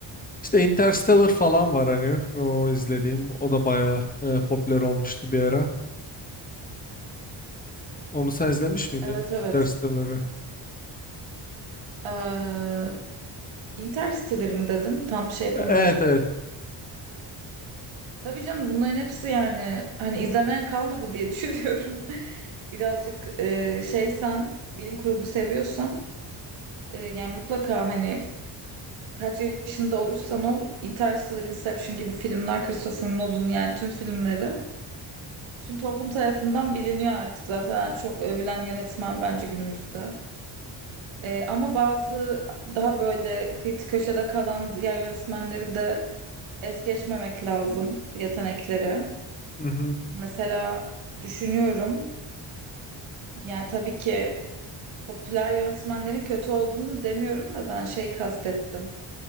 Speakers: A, on the left; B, on the right.
A: İşte Interstellar falan var hani o izlediğim o da bayağı e, popüler olmuştu bir ara. Onu sen izlemiş miydin
B: Evet evet.
A: Interstellar'ı?
B: Ee, Interstellar mı dedin? Tam şey yapamadım.
A: E, Evet evet.
B: Tabii canım bunların hepsi yani hani izlemeyen kalmadı diye <laughs> düşünüyorum. Birazcık e, şeysen bilim kurgu seviyorsan e, yani mutlaka hani kaç yaşında olursan ol Interstellar, Inception gibi filmler Christopher Nolan yani tüm filmleri Tüm toplum tarafından biliniyor artık zaten en çok övülen yönetmen bence günümüzde. Ee, ama bazı daha böyle kıyı köşede kalan diğer yönetmenleri de es geçmemek lazım yetenekleri.
A: Mhm.
B: Mesela düşünüyorum yani tabii ki popüler yönetmenlerin kötü olduğunu demiyorum da ben şey kastettim.